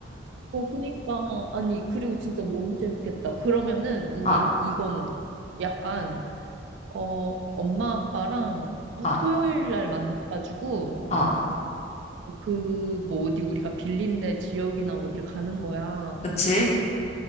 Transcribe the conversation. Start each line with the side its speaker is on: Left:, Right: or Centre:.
Right: 어, 그니까. 아니, 그리고 진짜 너무 재밌겠다. 그러면은, 우리
Left: 아,
Right: 이거는 약간, 어, 엄마 아빠랑 어,
Left: 아,
Right: 토요일 날 만나가지고,
Left: 아.
Right: 그, 뭐, 어디 우리가 빌린 데 지역이나 어딜 가는 거야.
Left: 그치?